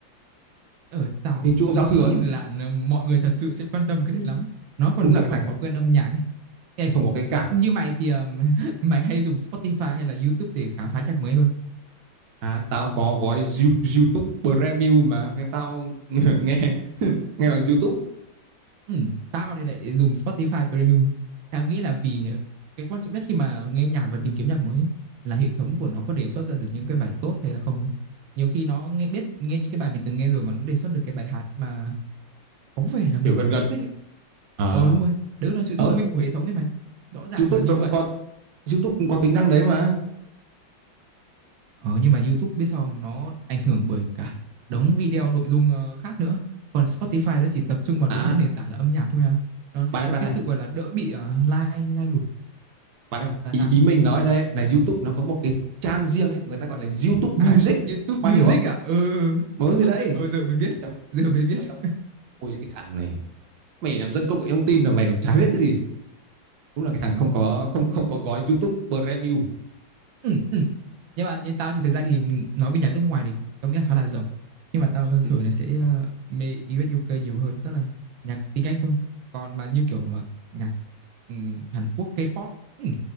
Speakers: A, on the right (about 80°); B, on the right (about 65°).
A: ở tao
B: tiếng chuông
A: không
B: giao thừa
A: nghĩ
B: ấy
A: là n- mọi người thật sự sẽ quan tâm cái đấy lắm nó còn
B: đúng
A: dựa
B: là cái
A: vào
B: thằng
A: thói quen âm nhạc ấy ê
B: không có cái cảm
A: như mày thì ừm, <laughs> mày hay dùng Spotify hay là YouTube để khám phá nhạc mới hơn
B: à tao có gói You- YouTube Premium mà nên tao <laughs> nghe nghe bằng YouTube
A: Ừ, tao thì lại dùng Spotify Premium. Tao nghĩ là vì cái quan trọng nhất khi mà nghe nhạc và tìm kiếm nhạc mới ấy, là hệ thống của nó có đề xuất ra được những cái bài tốt hay là không ấy. Nhiều khi nó nghe biết nghe những cái bài mình từng nghe rồi mà nó đề xuất được cái bài hát mà có vẻ là mình
B: kiểu gần
A: cũng
B: gần
A: sẽ thích ấy.
B: ờ
A: Ờ đúng rồi, đấy là sự
B: ờ
A: thông minh của hệ thống ấy mày. Rõ ràng
B: YouTube
A: là như
B: nó cũng
A: vậy.
B: có YouTube cũng có tính năng đấy mà
A: Ờ nhưng mà YouTube biết sao không? Nó ảnh hưởng bởi cả đống video nội dung ờ, khác nữa. Còn Spotify nó chỉ tập trung vào đúng
B: à
A: một nền tảng là âm nhạc thôi à. Nó sẽ
B: bạn
A: có
B: ơi bạn
A: cái
B: ơi
A: sự gọi là đỡ bị uh, lai lai lủng
B: bạn ơi
A: là
B: ý
A: sao?
B: ý mình nói ở đây ấy, là YouTube nó có một cái trang riêng ấy người ta gọi là YouTube
A: À,
B: Music
A: YouTube
B: bạn
A: Music
B: hiểu không
A: à? Ừ.
B: mới thì
A: <laughs>
B: đấy
A: Ừ, giờ mới biết.
B: ở trong
A: Giờ mới biết.
B: ở trong ôi cái thằng này mày làm dân công nghệ thông tin mà mày còn chả biết cái gì đúng là cái thằng không có không không có gói YouTube Premium
A: ừ, ừ. nhưng mà như tao thì thực ra thì nói về nhạc nước ngoài thì tao nghĩ là khá là rộng nhưng mà tao
B: Ừ.
A: thường là sẽ ờ, mê US UK nhiều hơn tức là nhạc tiếng Anh thôi còn mà như kiểu mà nhạc ừm, Hàn Quốc K-pop ấy, ừm,